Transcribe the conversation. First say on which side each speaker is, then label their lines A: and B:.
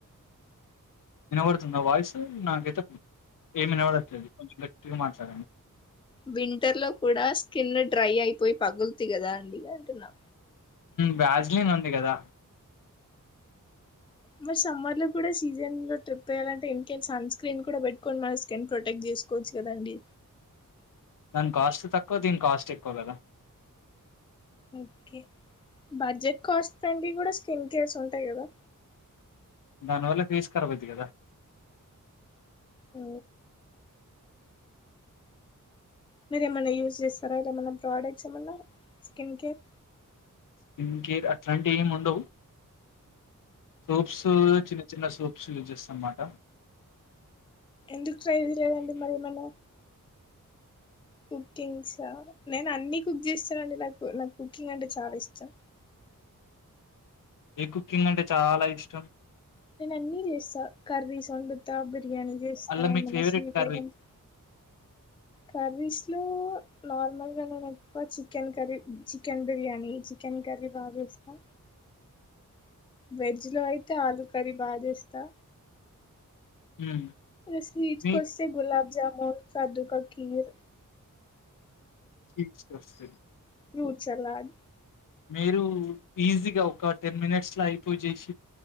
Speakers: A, on the left (about 75°); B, on the left (about 15°).
A: వినబడుతుంది నా వాయిస్ నా గితతుంది ఏమైనా వాడ వస్తులేంది కొంచెం వట్ సాండి
B: వింటర్ లో కూడా స్కిన్ డ్రై అయిపోయి పగులుతు కదా అండి అంటున్నా
A: బ్రాజిలిన్ ఉంది కదా
B: మరి సమ్మర్ లో కూడా సీజన్ లో ట్రిప్ వయ్యాలంటే ఇంకేం సన్ స్క్రీన్ కూడా పెట్టుకోని మన స్కిన్ ప్రొటెక్ట్ చేసుకోవచ్చు కదండి
A: దాని కాస్ట్ తక్కువ దీని కాస్ట్ ఎక్కువ కదా
B: ఓకే బడ్జెట్ కాస్ట్ ఫ్రంీ కూడా స్కిన్ కేర్స్ ఉంటాయి కదా
A: దనువల ఫీస్ కరవచ్చ కదా
B: ఆ మీరు ఏమైన్నా యూస్్ చేస్తారా అర ఏమన్నా ప్రోడక్ట్స్ ఏమన్నా స్కిన్ కేర్
A: స్కిన్ కేర్ అట్లాంటి ఏమి ఉండవు సూప్స్ చిన్న చిన్న సూప్స్ యూజ్ చేస్తాారు అమ్మాట
B: ఎందు తై తెరిాల ఎడి మయమల కుకింగ్ చ నేను అన్ని కుక్ చేస్తాన అండి నాకు నాకు కుకింగ్ అంటే చాలా ఇష్టం
A: న కుకింగ్ అంటే చాలా ఇష్టం
B: నేను అన్నీ చేస్తా కర్ర సొంత బిర్యానీ చే ఇస్తా
A: అల్లా మీ
B: మన్న
A: ఫేవరెట్
B: స్వీట్
A: కర్రీ?
B: ఐటమ్స్ కర్రీస్లో నార్మల్గా నేను ఎక్కువ chicken curry chicken biryani chicken curry బాగాస్తా వెజ్ లో అయితే ఆలుూ కర్రీ బాగా చేస్తా
A: హ్మ్.
B: స్వీట్
A: మీకు
B: కొస్తతే గులాబ్ జామ మొ సదుక కియో
A: <unintelligible>
B: ఫ్రూట్ సలాడ్
A: మీరు ఈజీగా ఒక టెన్ మినిట్స్ లో అయిపోయి చేసి